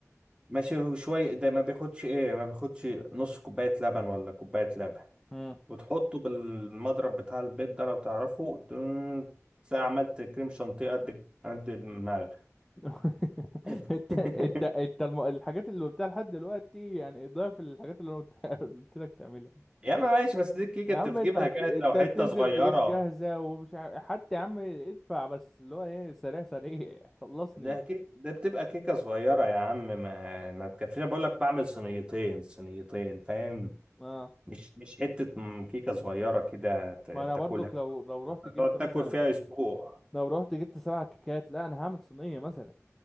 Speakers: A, on the right; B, in the centre.
A: ماشي وشويه ده ما بياخدش ايه ما بياخدش نص كوبايه لبن ولا كوبايه لبن
B: مم.
A: وتحطه بالمضرب بتاع البيض ده لو تعرفه تن- تلاقي عملت كريم شانتيه قد قد دماغك
B: <laughs>
A: <laughs>
B: انت انت انت الم... الحاجات اللي قلتها لحد دلوقتي يعني ضعف الحاجات اللي انا قلتها <laughs> قلت لك تعملها
A: يا اما ماشي بس دي الكيكه
B: يا
A: انت
B: عم
A: بتجيبها
B: انت بت...
A: جاهزه
B: انت
A: وحته
B: بتنزل
A: صغيره
B: تجيب جاهزة ومش عارف حتى يا عم ادفع بس اللي هو ايه سريع سريع <laughs> خلصني
A: ده كيك ده بتبقى كيكة صغيرة يا عم ما ما تكفيش أنا بقول لك بعمل صينيتين صينيتين فاهم
B: اه
A: مش مش حتة م- كيكة صغيرة كده ت-
B: ما انا
A: تاكلها
B: برضك لو لو رحت جبت
A: تقعد
B: مثلا
A: تاكل فيها أسبوع
B: لو رحت جبت سبع كيكات لا انا هعمل صينية مثلا